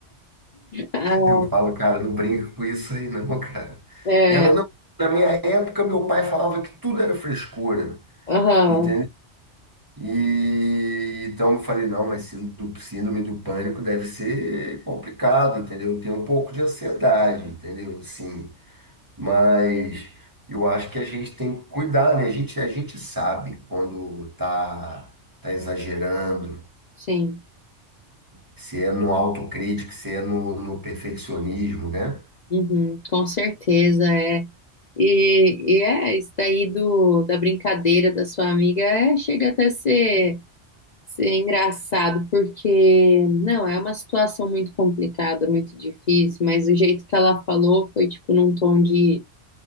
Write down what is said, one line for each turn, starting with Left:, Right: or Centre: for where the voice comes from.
Left: ah,
Right: Eu falo, cara, não brinca com isso aí, não, <laughs> cara.
Left: é,
Right: Ela
Left: é,
Right: não. Na minha época, meu pai falava que tudo era frescura,
Left: aham,
Right: entendeu? E então eu falei, não, mas síndrome, síndrome do pânico deve ser complicado, entendeu? Eu tenho um pouco de ansiedade, entendeu? Sim, mas eu acho que a gente tem que cuidar, né? A gente, a gente sabe quando tá, tá exagerando,
Left: sim,
Right: se é no autocrítico, se é no, no perfeccionismo, né?
Left: uhum, com certeza é. E, e é, isso daí do, da brincadeira da sua amiga é, chega até ser Sim, é engraçado, porque não, é uma situação muito complicada, muito difícil, mas o jeito que ela falou foi tipo num tom de,